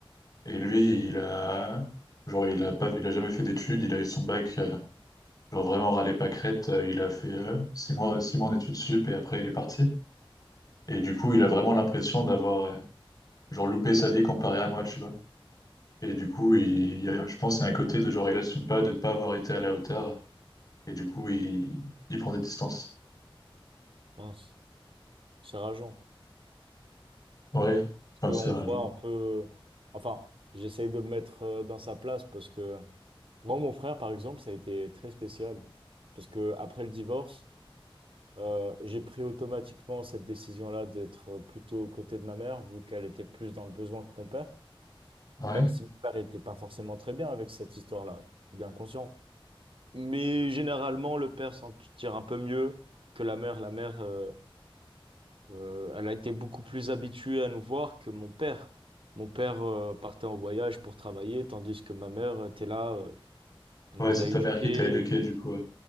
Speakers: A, on the left (about 40°); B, on the right (about 70°).
A: Et lui,
B: Ok.
A: il a, genre, il a pas, il a jamais fait d'études, il a eu son bac, euh, genre vraiment râlé pas crête, euh, il a fait euh, six mois, six mois en études sup et après il est parti. Et du coup, il a vraiment l'impression d'avoir, euh, genre, loupé sa vie comparé à moi, tu vois. Et du coup, il, il y a- je pense qu'il y a un côté de genre, il assume pas de pas avoir été à la hauteur. Et du coup, il, il prend des distances.
B: Mince. C'est rageant.
A: Ouais, enfin,
B: Parce
A: c'est
B: qu'on
A: rageant.
B: voit un peu, enfin, j'essaye de me mettre euh, dans sa place parce que moi, mon frère, par exemple, ça a été très spécial. Parce que après le divorce, Euh, j'ai pris automatiquement cette décision-là d'être plutôt aux côtés de ma mère, vu qu'elle était plus dans le besoin que mon père,
A: Ouais,
B: même si mon père n'était pas forcément très bien avec cette histoire-là, je suis bien conscient. Mais généralement, le père s'en tire un peu mieux que la mère. La mère, euh, euh, elle a été beaucoup plus habituée à nous voir que mon père. Mon père, euh, partait en voyage pour travailler, tandis que ma mère était là, euh, elle
A: ouais,
B: nous
A: c'est
B: a éduqués.
A: ta mère qui t'a éduqué, du coup. Ouais,